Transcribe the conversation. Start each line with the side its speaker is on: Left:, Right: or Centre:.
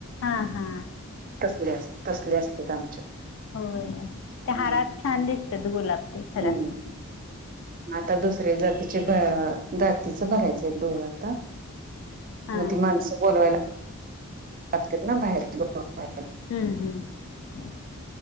Left: हा, हा.
Right: तसले अस. तसले असतेत आमच्यात.
Left: होय, ते
Right: हम्म
Left: हारात छान दिसत्यात गुलाब. ते खरं
Right: हम्म, आता दुसऱ्या जातीचे जात तिचं भरायचंय डोळ आता,
Left: हा
Right: मग ती माणसं बोलवायला लागत्यात ना बाहेर <unintelligible>
Left: हम्म, हम्म.